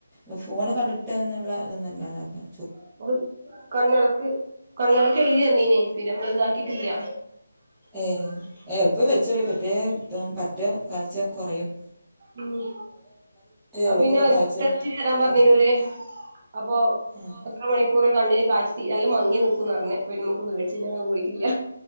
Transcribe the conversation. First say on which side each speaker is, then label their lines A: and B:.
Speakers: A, in the centre; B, on the right.
A: ഒ. ഫോണ് കണ്ടിട്ട്ന്ന്ള്ള തൊന്നുല്ലാന്ന് പർഞ്ഞ്.
B: <unintelligible> കണ്ണടക്ക് കണ്ണേടക്ക് എഴുതി തന്നീനി. പിന്നെ നമ്മള് ഇതാക്കിട്ടില്ല.
A: ഏ. എൾപ്പം വെച്ചോളി. പറ്റേ തും പറ്റ കാഴ്ച കൊറയും.
B: ഉം. അത്
A: അവൾക്കിപ്പോൾ
B: പിന്നെ ഒരു
A: കാഴ്ച
B: ട്ടെർച്ചി തരാം
A: കുറഞ്ഞു
B: പറഞ്ഞീനോര് അപ്പൊ
A: ആഹ്
B: എത്ര മണിക്കൂറ് കണ്ണിന് കാഴ്‌ച് തീ നല്ല മങ്ങി ന്ക്കുംന്ന് പർഞ്ഞ് കുഞ്ഞ്മു. ക്ക് പേടിച്ചിട്ടാ <unintelligible> പോയിട്ടില്ല.